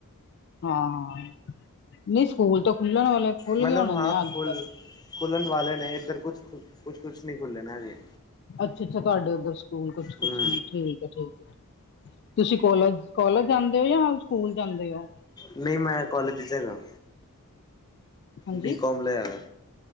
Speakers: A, on the left; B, on the left.
A: ਹਾਂ ਨਹੀਂ ਸਕੂਲ ਤਾਂ ਖੁੱਲਣ ਵਾਲੇ ਖੁੱਲ
B: ਮਤਲਬ
A: ਗਏ ਹੋਣੇ
B: ਹਾਂ
A: ਨੇ ਅੱਜ
B: ਖੁੱਲ
A: ਤ।
B: ਖੁੱਲਣ ਵਾਲੇ ਨੇ ਇੱਧਰ ਕੁਛ - ਕੁਛ ਕੁਛ ਕੁਛ ਨੀ ਨਾ ਖੁੱਲੇ ਹਜੇ।
A: ਅੱਛਾ-ਅੱਛਾ ਤੁਹਾਡੇ ਉੱਧਰ ਸਕੂਲ ਕੁਛ-ਕੁਛ
B: ਹਮ
A: ਨੇ ਠੀਕ ਹੈ ਠੀਕ। ਤੁਸੀਂ ਕੋਲਜ ਜਾਂਦੇ ਹੋ ਜਾਂ ਸਕੂਲ ਜਾਂਦੇ ਹੋ।
B: ਨਹੀਂ ਮੈਂ ਕੋਲਜ ਚ ਹੈਗਾ
A: ਹਾਂਜੀ
B: ਬੀ ਕੌਮ ਲੈ ਵ।